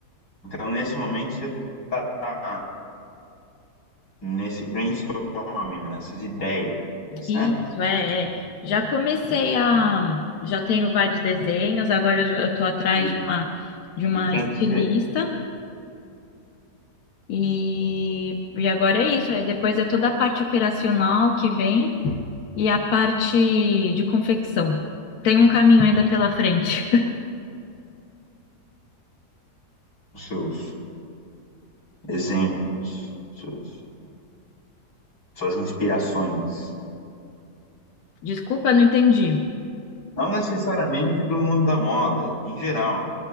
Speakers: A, on the left; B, on the left.
A: Então, nesse momento, você está nesse brainstorm, nessas ideias,
B: Isso,
A: né?
B: é, é. Já comecei a. Já tenho vários desenhos, agora eu estou atrás
A: E,
B: de uma, de uma
A: e quem
B: estilista.
A: que você,
B: E, e agora é isso.
A: sim,
B: Aí depois é toda a parte operacional que vem e a parte de confecção. Tem um caminho ainda pela frente.
A: os seus exemplos, seus, suas inspirações.
B: <laughs> Desculpa, não entendi.
A: Não necessariamente do mundo da moda, em geral,